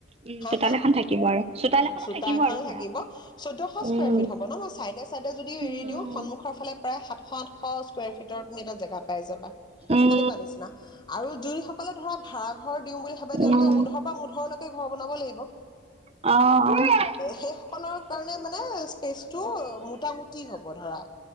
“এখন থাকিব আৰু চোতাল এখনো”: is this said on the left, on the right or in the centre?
Right